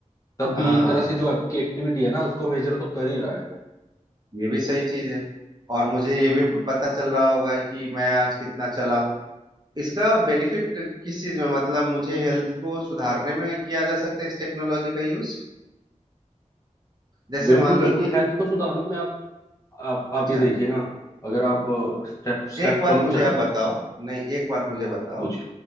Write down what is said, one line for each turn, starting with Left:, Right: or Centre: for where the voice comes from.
Left: तब भी
Right: हाँ
Left: एक तरह से जो आपकी एक्टिविटी है ना उसको मेजर तो कर ही रहा है वो
Right: ये भी सही चीज है और मुझे ये भी पता चल रहा होगा कि मैं आज कितना चला हूँ इसका बेनिफिट किस चीज में मतलब मुझे हेल्थ को सुधारने में किया जा सकता है इस टेक्नोलॉजी का यूज जैसे
Left: बिल्कुल
Right: मान लो
Left: बिल्कुल
Right: कि
Left: हेल्थ को सुधारने में आप आप आप
Right: अच्छा
Left: ये देखिए ना अगर आप स्टेप स्टेप
Right: एक बात
Left: कम
Right: मुझे
Left: चल
Right: आप
Left: रहे
Right: बताओ
Left: हो
Right: नहीं एक बात मुझे बताओ
Left: कुछ